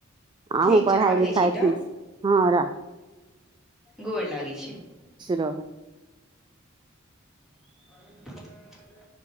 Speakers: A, on the right; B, in the centre.
A: अहूँ
B: ठीक छै
A: पढ़ाई
B: राखै
A: लिखाइ
B: छी तऽ
A: ठीक से हँ राख
B: गोर लागि छी
A: रहू
B: <inaudible>